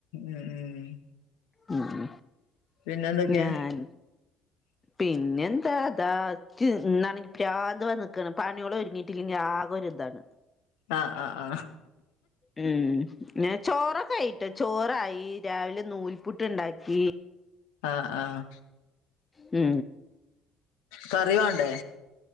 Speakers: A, on the left; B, on the left.
A: ഉം
B: മ് മ്
A: പിന്നെ എന്തൊക്കെയാ
B: ഞാൻ
A: <inaudible>
B: പിന്നെ എന്താ താ ഇക്ക് ഇന്നാണങ്കി പ്രാന്ത് വന്ന് ക്കാൺ പണിഓള് ഒര്ങ്ങി ട്ടില്ലങ്ങി ആ കൊരിതാണ്
A: ആ ആ ആ
B: ഉം പിന്നേ ചോറൊക്കെ ആയിട്ടോ ചോറായി രാവിലെ നൂൽപ്പുട്ട് ഇണ്ടാക്കി
A: ആഹ് ആഹ്
B: മ്
A: കറി വാണ്ടേ